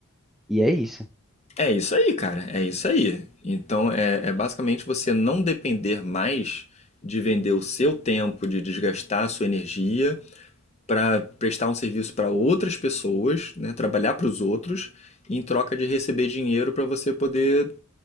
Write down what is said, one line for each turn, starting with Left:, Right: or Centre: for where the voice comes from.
Centre: E é isso.
Left: É isso aí, cara. É isso aí. Então, é, é basicamente você não depender mais de vender o seu tempo, de desgastar a sua energia para prestar um serviço para outras pessoas, né? Trabalhar para os outros em troca de receber dinheiro para você poder